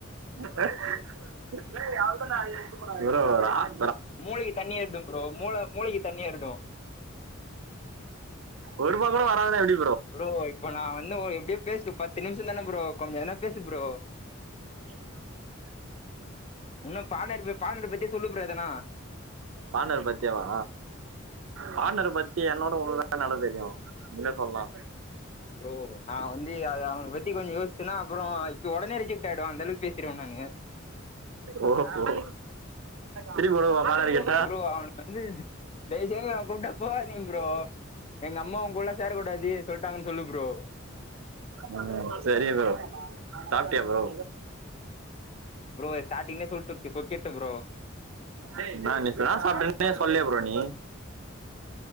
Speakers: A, on the right; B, on the left.
A: ப்ரோ ஒரு ஆ
B: மூளைக்கு தண்ணி அட்ச ப்ரோ மூள மூளைக்கு தண்ணி ஏறிடு
A: ஒருவா கூட வராதுன இப்டி
B: ப்ரோ இப்ப நா வந்து எப்படியோ பேஸ்ட்டு பத்து நிமிஷந்தானே ப்ரோ கொஞ்ச எதனா பேசு ப்ரோ
A: <inaudible>
B: இன்னு பாட்னர்வ்வு பால்நண்டு பத்தி சொல்லு ப்ரோ எதனா
A: பாண்டவர் பத்தியேவா பாண்னர பத்தி என்னோட உங்க <inaudible> நல்லா தெரியு ன்ன சொல்லா
B: ப்ரோ நா வந்து டே அவ அவனபத்தி கொஞ்ச யோஸ்ச்சன்னா அப்புறோ இப்ப உடனே ரிஜெட் ஆயிடுவா அந்தளவுக் பேசிருவ நானு
A: ஓகோ ஓகோ திருப்பி போடவா <unintelligible>
B: ப்ரோ அவனுக் வந்து தயவு செங்சு அவ கூப்ட்டா போகாதீங்க ப்ரோ எங்க அம்மா உங்கூட சேரக் கூடாது சொல்லிட்டாங்கன் சொல்லு ப்ரோ
A: ம் சரி ப்ரோ சாப்ட்டியா ப்ரோ
B: ப்ரோ ஸ்டாடிங்க்கே சொல்டுட்டு சொடுட்டு ப்ரோ
A: டேய் நாங்க என்ன சாப்ட்டேனு சொல்லே ப்ரோ நீ